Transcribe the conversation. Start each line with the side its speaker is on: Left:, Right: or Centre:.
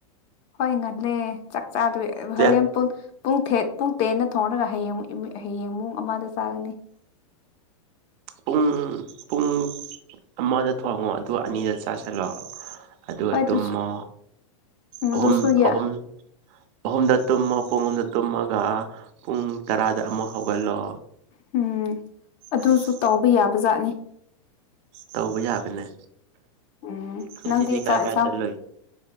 Left: ꯍꯣꯏ ꯉꯜꯂꯦ ꯆꯥꯛ ꯆꯥꯗꯣꯢ
Right: ꯆꯦ
Left: ꯍꯧꯋꯦꯟ ꯄꯨꯡ ꯄꯨꯡ ꯊꯦꯠ ꯄꯨꯡ ꯇꯦꯟꯅ ꯊꯣꯡꯔꯒ ꯍꯌꯦꯡ ꯍꯌꯦꯡ ꯃꯨꯡ ꯑꯃꯗ ꯆꯥꯒꯅꯤ
Right: ꯄꯨꯡ ꯄꯨꯡ ꯑꯃꯗ ꯊꯣꯡꯉꯣ ꯑꯗꯨꯒ ꯑꯅꯤꯗ ꯆꯥꯁꯤꯜꯂꯣ ꯑꯗꯨꯒ
Left: ꯍꯣꯏ ꯑꯗꯨꯁꯨ
Right: ꯇꯨꯝꯃꯣ
Left: ꯎꯝ
Right: ꯑꯍꯨꯝ
Left: ꯑꯗꯨꯁꯨ ꯌꯥ
Right: ꯑꯍꯨꯝ ꯑꯍꯨꯝꯗ ꯇꯨꯝꯃꯣ ꯄꯨꯡ ꯑꯍꯨꯝꯗ ꯇꯨꯝꯃꯒ ꯄꯨꯡ ꯇꯔꯥꯗ ꯑꯃꯨꯛ ꯍꯧꯒꯠꯂꯣ
Left: ꯍꯝ ꯑꯗꯨꯁꯨ
Right: ꯑꯁ
Left: ꯇꯧꯕ ꯌꯥꯕꯖꯥꯠꯅꯤ
Right: ꯇꯧꯕ ꯌꯥꯕꯅꯦ
Left: ꯎꯝ
Right: ꯉꯁꯤꯗꯤ
Left: ꯅꯪꯗꯤ
Right: ꯀꯥꯏ
Left: ꯆꯥꯛ
Right: ꯀꯥꯏ
Left: ꯢꯟꯁꯥꯡ
Right: ꯆꯠꯂꯨꯏ